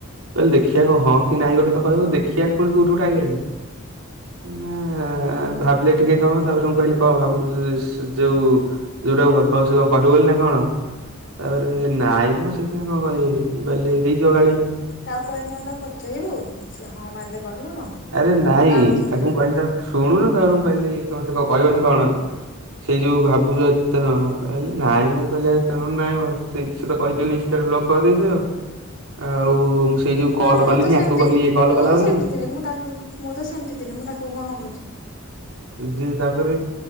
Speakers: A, on the right; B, on the left.
A: କହିଲେ ଦେଖିବା କଣ ହଁ କି ନାଇଁ ଗୋଟେ ତ କହିବ ଦେଖିବା ଫୁଣି କୋଉଠୁ ଗୋଟେ ଆଇଲାଣି। ନାଆଁ ଭାବିଲା ଟିକେ ସମୟ ତାପରେ ମୁଁ କହିଲି କଣ ଭାବୁଛୁ? ସ ଯୋଉ ଯୋଉଟାକୁ ଭଲ ପାଉଚୁ ସେ କଣ କହିବ ବୋଲି ନା କଣ ତାପରେ ନାଇଁ ମଁ ସିଏ କଣ କହିବେ ମୁଁ କହିଲି ହେଇଥିବ କାଳେ
B: ତାଉ କହିଥାନ୍ତା ପଚାରିବୁ ସେ ହଁ ମାରିଲେ କହିବୁ ନହେଲେ ନାହିଁ।
A: ଆରେ ନାଇଁ
B: ତା ଅନୁସାରେ
A: ତାକୁ
B: ଚାଲିବୁ
A: ମୁଁ କହିଲି ତା ଶୁଣୁନୁ ତାପରେ ମୁଁ କହିଲି କଣ ସେ କହିବ ନା କଣ ସେଇ ଯୋଉ ଭାବୁଛ ଏତେ ସମୟ କହିଲା ନାଇଁଁମ ମୁଁ କହିଲି ଏତେ କଣ ନାଇଁ <unintelligible> ସେ ତ କହିଚନ୍ତି ଇନଷ୍ଟାରେ ବ୍ଲଗ କରିଦେଇଛ ଆଉ ମୁଁ ସେଇ ଯୋଉ କଲ୍
B: ଏ ମୁଁ
A: କଲିନି
B: ତ ସେମିତି
A: ଆକୁ କହିଲି ଇଏ କଲ୍
B: ମୁଁ
A: କଲା
B: ତ
A: ବୋଲି।
B: ସେମିତି ଥିଲି ମୁଁ ତାକୁ ମୁଁ ତ ସେମିତି ଥିଲି ମୁଁ ତାକୁ କଣ କହୁଛୁ।
A: ଯେ ତାପରେ